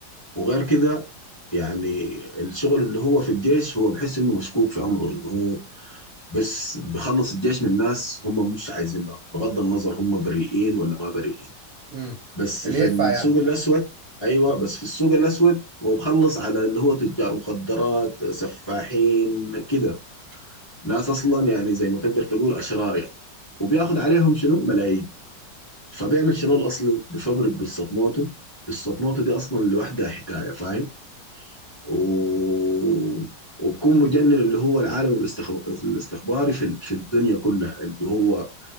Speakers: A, on the left (about 20°); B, on the right (about 65°).
A: وغير كده يعني الشغل اللي هو في الجيش هو بحس إنه مشكوك في أمره إنه هو بس بخلص الجيش من ناس هم مش عايزينها بغض النظر هم بريئين ولا ما بريئين
B: امم
A: بس
B: اللي
A: في
B: يدفع
A: السوق
B: يعني
A: الأسود أيوة بس في السوق الأسود هو بخلص على اللي هو تجار مخدرات سفاحين كده ناس اصلا يعني زي ما تقدر تقول اشرار يعني وبياخد عليهم شنو ملايين فبيعمل شنو الاصلي بفبرك قصه موته قصه موته دي اصلا لوحدها حكايه فاهم و... وبكون مجنن اللي هو العالم الاستخب... الاستخباري في ال- في الدنيا كلها اللي هو